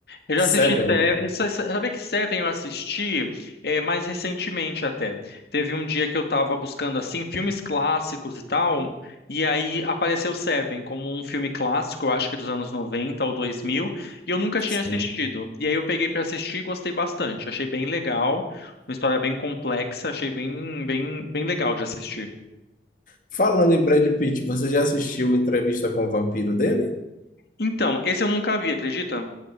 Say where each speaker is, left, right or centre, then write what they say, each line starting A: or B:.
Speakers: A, on the left; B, on the left.
A: Eu já
B: Seven?
A: assisti Seven. sa- sa- Sabia que Seven eu assisti eh, mais recentemente até. Teve um dia que eu tava buscando assim filmes clássicos e tal, e aí apareceu Seven como um filme clássico, eu acho que dos anos 90 ou 2000, e eu nunca tinha
B: Sim.
A: assistido. E aí eu peguei pra assistir e gostei bastante. Achei bem legal, uma história bem complexa, achei bem bem bem legal de assistir.
B: Falando em Brad Pitt, você já assistiu a entrevista com o vampiro dele?
A: Então, esse eu nunca vi, acredita?